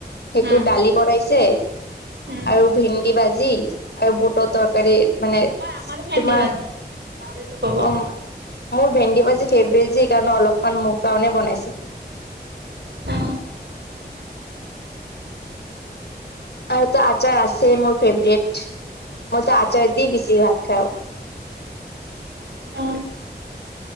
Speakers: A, on the left (about 75°); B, on the right (about 75°).
A: সেইটোৰ
B: উম,
A: দালি বনাইছে
B: উম,
A: আৰু ভেন্দি ভাজি আৰু বুটৰ তৰকাৰী মানে
B: আমাৰ ভেন্দি
A: তোমাৰ
B: ভাজিছে, পাহৰিলো। ক'ব।
A: অ' মো মোৰ ভেন্দি ভাজি ফেভৰেট যে সেইকাৰণে অলপমান মোৰ কাৰণে বনাইছে।
B: অ
A: আৰু তো আচাৰ আছে মোৰ ফেভৰেট, মইতো আচাৰ দি বেছি ভাত খাও
B: অ